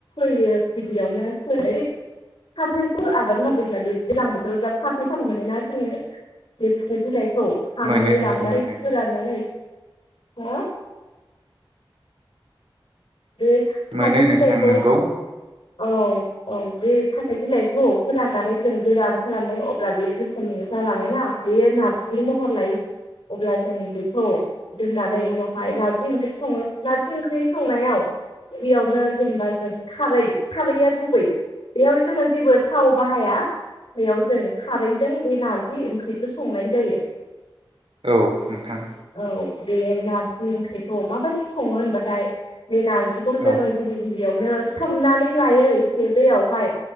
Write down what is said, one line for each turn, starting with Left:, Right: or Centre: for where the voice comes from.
Left: फोयो गिबियावनो फ फाथोखौ आबाद मावबा दैज्लां बोथोराव जा फाथो फां मोनोना जोङो बे फाथो बिलाइखौ औ खानानै
Right: मोनो नोंथां
Left: लाबनानै
Right: मोनो
Left: फोराननानै हा? बे
Right: मोनो
Left: फाथो
Right: नोंथां
Left: बिलाइखौ
Right: नोंगौ
Left: औ औ बे फाथो बिलाइखौ फोराननानै जों गोरान खालामो अब्ला बे गोसोम जालाङोना बेयो नारजिनि महर लायो अब्ला जों बेखौ दोननानै उनावहाय नारजि ओंख्रि सङो नारजि ओंख्रि संनायाव गिबियावनो जेनेबा जों खारै खारैआ गुबै बेयाव जोङो जेबो थाव बाहाया बेयाव जों खारैजों बे नारजि ओंख्रिबो संनाय जायो।
Right: औ नोंथां।
Left: औ बे नारजि ओंख्रिखौ माबायदि सङो होनबाथाय? बे नारजिखौ जोङो
Right: औ
Left: गिबि गिबि बेयावनो सोमनानै लायो एसे दैयावहाय